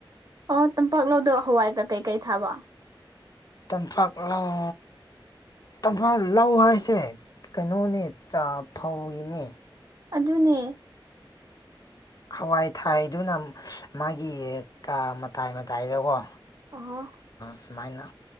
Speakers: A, on the right; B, on the left.
A: ꯑꯣ ꯇꯝꯄꯥꯛ ꯂꯧꯗꯣ ꯍꯋꯥꯏꯒ ꯀꯩꯀꯩ ꯊꯥꯕ
B: ꯇꯝꯄꯥꯛ ꯂꯥꯎ ꯇꯝꯐꯥ ꯂꯧ ꯍꯥꯏꯁꯦ ꯀꯩꯅꯣꯅꯦ ꯆꯥ ꯐꯧꯒꯤꯅꯦ
A: ꯑꯗꯨꯅꯦ
B: ꯍꯋꯥꯏ ꯊꯥꯏꯗꯨꯅ ꯃꯥꯒꯤ ꯀ ꯃꯇꯥꯏ ꯃꯇꯥꯏꯗꯀꯣ
A: ꯑꯣ
B: ꯁꯨꯃꯥꯏꯅ